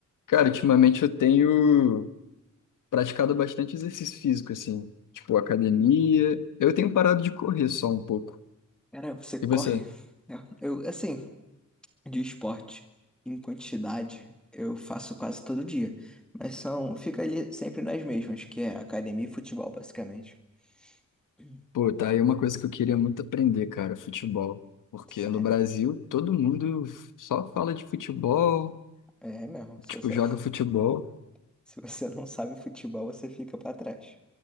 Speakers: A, on the left; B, in the centre.
A: Cara, ultimamente eu tenho praticado bastante exercício físico, assim, tipo academia. Eu tenho parado de correr só um pouco.
B: Cara, você corre.
A: E você?
B: né? Eu, assim, de esporte em quantidade, eu faço quase todo dia. Mas são, fica ali sempre nas mesmas, que é academia e futebol, basicamente. Hum,
A: Pô, tá aí uma coisa que eu queria muito aprender, cara, futebol. Porque
B: Sério.
A: no Brasil todo mundo só fala de futebol,
B: É mesmo. Se
A: tipo,
B: você
A: joga
B: não, <laughs>
A: futebol,
B: se você não sabe futebol, você fica pra trás.